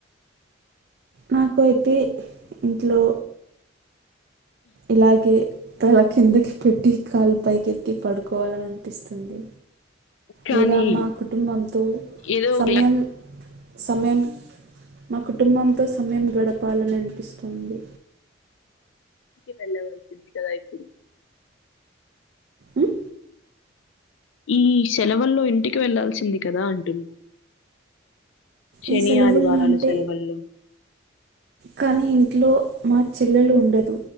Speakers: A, on the right; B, on the left.
A: నాకు అయితే ఇంట్లో ఇలాగే తల కిందకి పెట్టి కాలు పైకెత్తి పడుకోవాలని అనిపిస్తుంది
B: కానీ
A: లేదా మా కుటుంబంతో
B: ఏదో
A: సమయం
B: ఒక
A: సమయం మా కుటుంబంతో స గడపాలని అనిపిస్తుంది
B: ఇంటికి వెళ్ళవలసింది కదా ఇప్పుడు
A: ఉమ్,
B: ఈ సెలవుల్లో ఇంటికి వెళ్లాల్సింది కదా అంటున్నా శని
A: ఈ సెలవుల్లో
B: ఆదివారాల
A: అంటే
B: సెలవుల్లో
A: కానీ ఇంట్లో మా చెల్లెలు ఉండదు